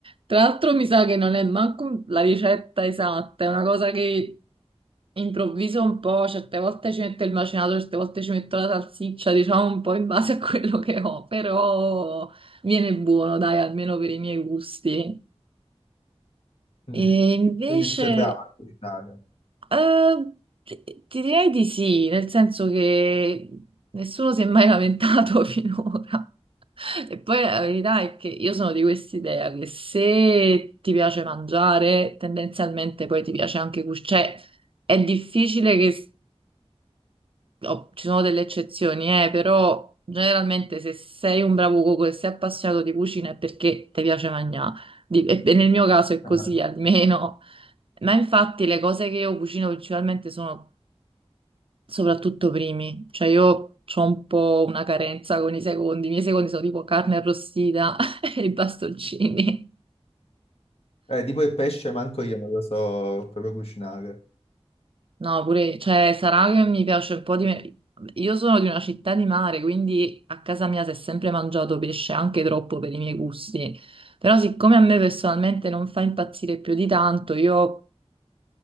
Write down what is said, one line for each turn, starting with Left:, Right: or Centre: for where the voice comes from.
Right: Tra l'altro mi sa che non è manco la ricetta esatta, è una cosa che improvviso un po', certe volte ci metto il macinato, certe volte ci metto la salsiccia, diciamo un po' in base a quello che ho, però viene buono, dai, almeno per i miei gusti.
Left: Mm.
Right: E invece,
Left: Quindi tu sei brava a cucinare.
Right: eh, ti ti direi di sì, nel senso che nessuno si è mai lamentato <laughs> finora. E poi la verità è che io sono di quest'idea che se ti piace mangiare, tendenzialmente poi ti piace anche cucinare. Cioè, è difficile che oh, ci sono delle eccezioni, eh, però generalmente se sei un bravo cuoco e sei appassionato di cucina è perché ti piace mangiare. Di- E e nel mio caso è
Left: Ah.
Right: così almeno. Ma infatti le cose che io cucino principalmente sono soprattutto primi. Cioè io ho un po' una carenza con i secondi. I miei secondi sono tipo carne arrostita <laughs> e i bastoncini.
Left: Eh, tipo il pesce, manco io non lo so proprio cucinare.
Right: No, pure, cioè, sarà che mi piace un po' di... me- Io sono di una città di mare, quindi a casa mia si è sempre mangiato pesce, anche troppo per i miei gusti. Però siccome a me personalmente non fa impazzire più di tanto, io